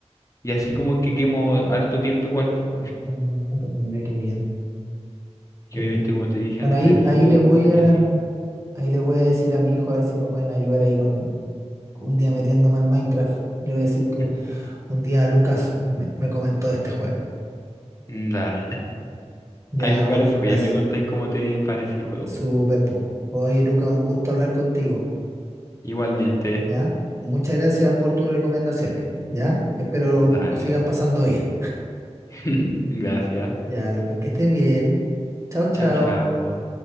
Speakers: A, on the left (about 25°); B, on the right (about 25°).
A: y así como que quemo harto tiempo igual, po.
B: Mm, pero mira qué bien,
A: Y
B: qué
A: obviamente
B: bien.
A: como te dije
B: Bueno,
A: antes
B: ahí,
A: del fútbol
B: ahí les voy a,
A: y así.
B: ahí les voy a decir a mi hijo a ver si me pueden ayudar ahí con un día metiéndome al Minecraft. Le voy a decir
A: <clears throat>
B: que Un día Lucas me, me comentó de este juego.
A: Da.
B: Ya,
A: Ahí me parece,
B: por Lucas,
A: pues y ahí me contáis cómo te parece el juego.
B: súper po. Oye, Lucas, un gusto hablar contigo.
A: Igualmente,
B: Ya, muchas gracias por tus recomendaciones. Ya, espero
A: dale.
B: lo sigas pasando bien.
A: <laughs> Gracias.
B: Ya, Lucas, que estés bien. Chao, chao.
A: Chao, chao.